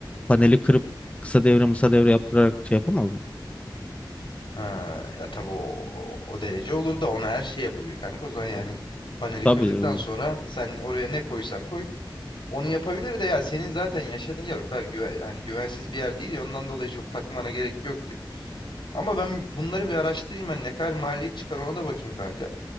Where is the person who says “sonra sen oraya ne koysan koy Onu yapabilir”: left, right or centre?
Left